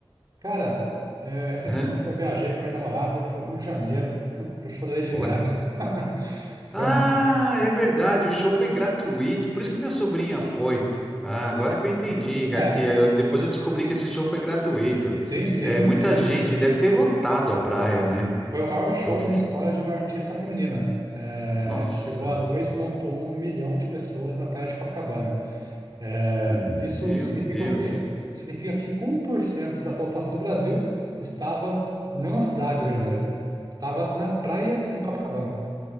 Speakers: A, on the right (about 45°); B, in the centre.
A: Cara, é, recentemente
B: Hã?
A: eu viajei com a minha namorada para o Rio de Janeiro, <laughs> para o show da Lady
B: Olha.
A: Gaga. <laughs>
B: Ah,
A: Foi um-
B: é verdade, o show foi gratuito, por isso que minha sobrinha foi. Ah, agora que eu entendi, cara,
A: É,
B: que eu- depois eu descobri que esse show foi gratuito.
A: sim, sim.
B: É, muita
A: é,
B: gente deve ter lotado a praia, né?
A: foi o maior show
B: Eu fiquei,
A: da história de uma artista feminina. É,
B: nossa,
A: chegou a 2,1 milhão de pessoas na Praia de Copacabana. É,
B: meu
A: isso significa
B: Deus,
A: o quê? Significa que 1% da população do Brasil estava não na cidade do Rio de Janeiro, estava na praia de Copacabana.